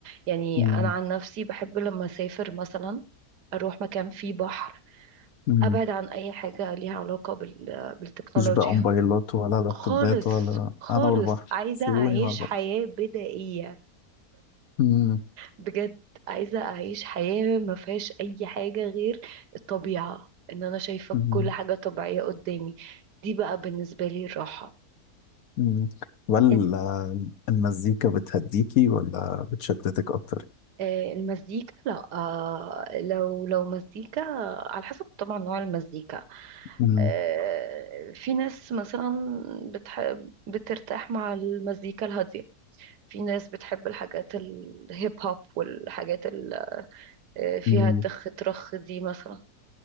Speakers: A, on the right; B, on the left.
A: يعني
B: مم.
A: انا عن نفسي بحب لما اسافر مثلا اروح مكان فيه بحر
B: مم.
A: ابعد عن اي حاجة ليها علاقة بال... بالتكنولوجيا
B: مفيش بقى موبايلات ولا لابتوبات
A: خالص
B: ولا
A: خالص
B: انا والبحر
A: عايزة
B: سيبوني
A: اعيش
B: مع البحر
A: حياة بدائية
B: مم.
A: بجد عايزة أعيش حياة ما فيهاش أي حاجة غير الطبيعة إن أنا شايفة
B: مم.
A: كل حاجة طبيعية قدامي دي بقى بالنسبة لي الراحة
B: مم. ولا
A: إن-
B: المزيكا بتهديكي ولا بتشتتك اكتر
A: آه، المزيكا لا آه، لو لو مزيكا على حسب طبعا نوع المزيكا
B: مم.
A: آه، في ناس مثلا بتحب بترتاح مع المزيكا الهادية في ناس بتحب الحاجات الهيب هوب والحاجات اللي آه، فيها
B: مم.
A: تخ ترخ دي مثلا